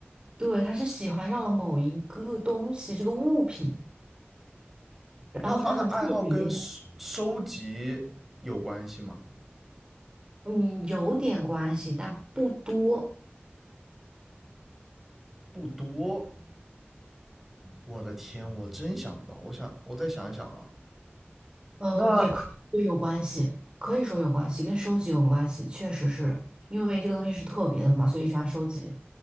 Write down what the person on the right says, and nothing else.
对，他是喜欢上了某一个东西，这个物品，
然后他很特别，嗯，有点关系，但不多，
呃，
也可以说有关系，可以说有关系，跟收集有关系，确实是因为这个东西是特别的嘛，所以喜欢收集。